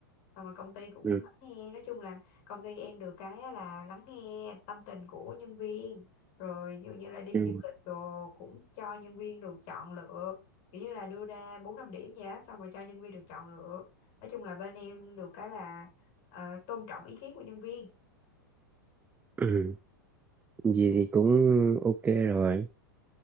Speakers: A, on the left (about 45°); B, on the right (about 15°).
A: Xong Rồi công ty cũng
B: Ừ.
A: lắng nghe, nói chung là công ty em được cái á là lắng nghe tâm tình của nhân viên. Rồi dụ như là đi
B: Ừ.
A: du lịch đồ cũng cho nhân viên được chọn lựa, kiểu như là đưa ra 4 5 điểm vậy á, xong rồi cho nhân viên được chọn lựa. Nói chung là bên em được cái là ờ, tôn trọng ý kiến của nhân viên
B: Ừ. gì thì cũng ok rồi